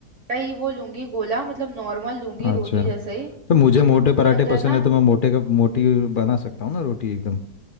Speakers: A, on the right; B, on the left.
A: का ही वो लूंगी गोला मतलब नॉर्मल लूंगी
B: अच्छा
A: रोटी जैसे ही
B: तो मुझे मोटे
A: के
B: पराठे
A: अंदर
B: पसंद
A: ना
B: है तो मैं मोटे का मोटी बना सकता हूँ ना रोटी एकदम